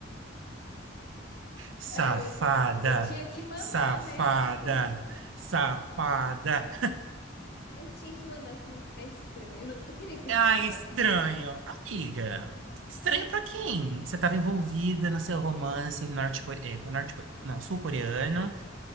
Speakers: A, on the right; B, on the left.
A: Safada!
B: É, eu, eu tinha que mandar,
A: Safada!
B: né? Tipo, <laughs>
A: Safada!
B: eu tinha que mandar, senão ia ficar estranho. Eu não, eu queria que
A: Ah,
B: ele viesse falar
A: estranho.
B: comigo,
A: Amiga, estranho pra quem? Você estava envolvida no seu romance norte-coreano, norte, não, sul-coreano.